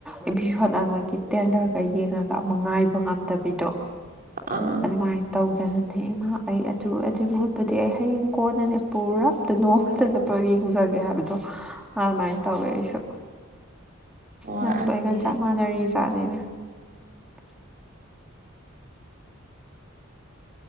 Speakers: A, in the centre; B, on the right (about 45°).
A: ꯑꯦꯄꯤꯁꯣꯠ ꯑꯃꯒꯤ ꯇꯦꯠ ꯀꯂꯔꯒ ꯌꯦꯡꯉꯒ ꯑꯃ ꯉꯥꯏꯕ ꯉꯝꯗꯕꯤꯗꯣ
B: ꯑꯥ
A: ꯑꯗꯨꯃꯥꯏꯅ ꯇꯧꯗꯅꯅꯦ ꯏꯃꯥ ꯑꯩ ꯑꯗꯨ ꯑꯗꯨꯏ ꯃꯍꯨꯠꯄꯨꯗꯤ ꯑꯩ ꯍꯌꯦꯡ ꯀꯣꯟꯅꯅꯦ ꯄꯨꯔꯞꯇꯨꯅꯣ ꯆ ꯌꯦꯡꯖꯒꯦ ꯍꯥꯏꯕ ꯇꫭ ꯑꯗꯨꯃꯥꯏ ꯇꯧꯔꯦ ꯑꯩꯁꯨ
B: ꯍꯣꯏ
A: ꯅꯪꯁꯨ
B: ꯑꯗꯨꯅꯦ
A: ꯑꯩꯒ ꯆꯞ ꯃꯥꯟꯅꯔꯤ ꯇꯥꯠꯅꯤꯅꯦ <unintelligible>